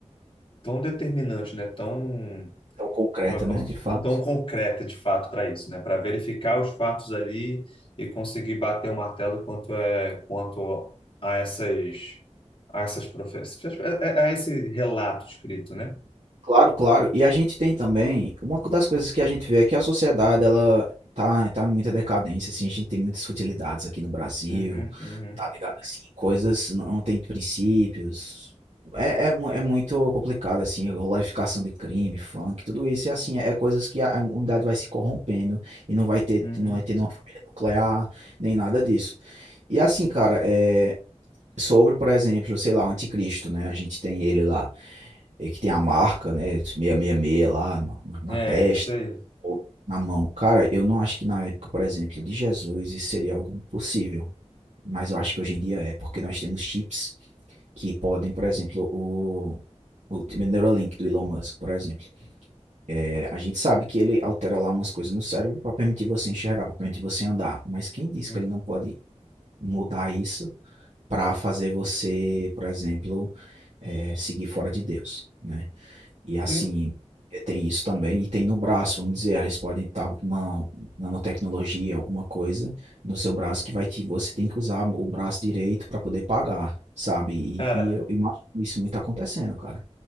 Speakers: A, on the left; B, on the right.
A: tão determinante, né? Tão
B: Então, concreta,
A: como eu
B: né,
A: posso,
B: de fato.
A: tão concreta de fato para isso, né? Para verificar os fatos ali e conseguir bater o martelo quanto é quanto a essas a essas profecias, a, a- a esse relato escrito, né?
B: Claro, claro. E a gente tem também, uma das coisas que a gente vê é que a sociedade, ela tá, tá em muita decadência, assim, a gente tem muitas futilidades aqui no Brasil,
A: Uhum, uhum,
B: tá ligado? Assim, coisas não, não tem princípios. É, é, mu- é muito complicado, assim, a glorificação de crime, funk, tudo isso, e assim, é, coisas que a, a humanidade vai se corrompendo e não vai ter,
A: uhum.
B: não vai ter nenhuma família nuclear, nem nada disso. E assim, cara, é, sobre, por exemplo, sei lá, o anticristo, né? A gente tem ele lá. E que tem a marca, né? 666 lá na, na
A: É,
B: testa,
A: isso aí.
B: ou na mão. Cara, eu não acho que na época, por exemplo, de Jesus, isso seria algo possível. Mas eu acho que hoje em dia é, porque nós temos chips que podem, por exemplo, o, o Neuralink do Elon Musk, por exemplo. É, a gente sabe que ele altera lá umas coisas no cérebro para permitir você enxergar, para permitir você andar. Mas quem diz
A: Uhum.
B: que ele não pode mudar isso para fazer você, por exemplo, é, seguir fora de Deus, né? E assim,
A: Sim,
B: eh, tem isso também, e tem no braço, vamos dizer, elas podem estar com uma nanotecnologia, alguma coisa no seu braço que vai te, você tem que usar o braço direito para poder pagar, sabe? E,
A: cara.
B: e eu imagino isso muito acontecendo, cara.